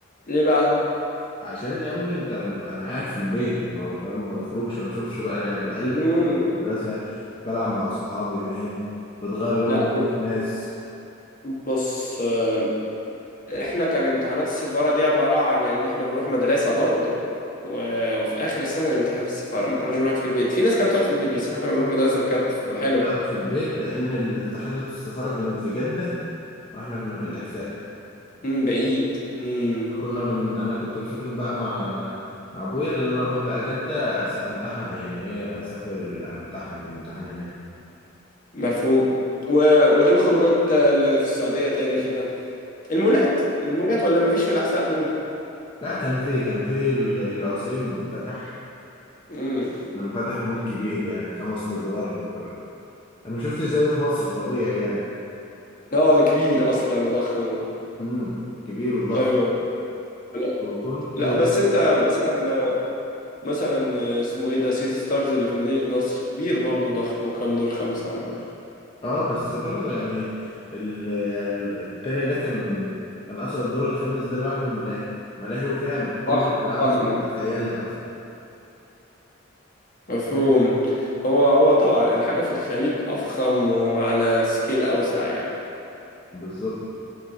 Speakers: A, on the left; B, on the left.
A: ليه بقى
B: <laughs> عشان يا عم انت انا قاعد في البيت ما بفهم ما بخرجش ما بشوفش بقى انا على الاقل
A: امم
B: كنت في المدرسه بلعب مع صحابي فاهم بتغير جو
A: لا
B: بتشوف
A: ب-
B: ناس
A: بص آم، احنا كان امتحانات السفاره دي عباره عن ان احنا بنروح مدرسه برضو و- وفي اخر السنه نمتحن في السفاره ما كناش بنقعد في البيت في ناس كانت بتقعد في البيت بس احنا كنا بنروح مدرسه فكانت
B: ما
A: حلوه
B: كنت قاعد في البيت لان امتحانات السفاره كانت في جده واحنا كنا في الاحساء
A: امم بعيد امم
B: فكنا بن... انا كنت بسافر بقى مع مع ابويا اللي انا اروح بقى جدة أس... امتحن يعني ايه اسافر ال- امتحن الامتحان هناك
A: مفهوم و... وايه الخروجات اللي في السعوديه تاني كده المولات المولات ولا مفيش في الاحساء مول
B: لا كان في كان في ال- العسيم فتح
A: مم.
B: فتح مول كبير يعني خمس ادوار انا ما شفتش زيه في مصر طبيعي يعني
A: اه ده كبير اصلا وضخم
B: امم كبير وضخم
A: ايوه لا
B: وكنت
A: لا بس انت مثلا مثلا اسمه ايه ده سيتي ستارز اللي في مدينة نصر كبير برضه ضخم وكام دور خمسة ولا مش-
B: اه بس برضه يعني ال... ال- التاني ده كان كان اصلا الدور الخامس ده لوحده ملاهي ملاهي وفيها كل
A: ضخم
B: الالعاب
A: ضخم
B: اللي تتخيلها اصلا
A: مفهوم
B: فاهم
A: هو هو طبعا الحاجة في الخليج أفخم وعلى سكيل أوسع يعني
B: بالظبط